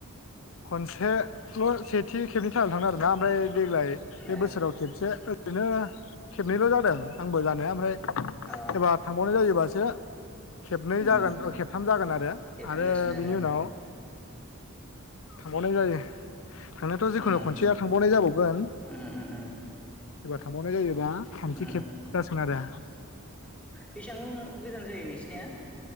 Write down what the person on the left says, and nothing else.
खनसेल' सेथि खेबनि थाखायल थांदों आरोना ओमफ्राय देग्लाय
बे बोसोराव खेबसे ओरैनो खेबनैल' जादों आंबो जानाया ओमफ्राय
एबा थांबावनाय जायोबासो खेबनै
जागोन ओ खेबथाम जागोन आरो
आरो
बेनि उनाव
थांबावनाय जायो। <unintelligible> थांनायाथ' जिखुनु
खनसेया थांबावनाय जाबावगोन
एबार थांबावनाय जायोबा थामथि
खेब
जासिगोन आरो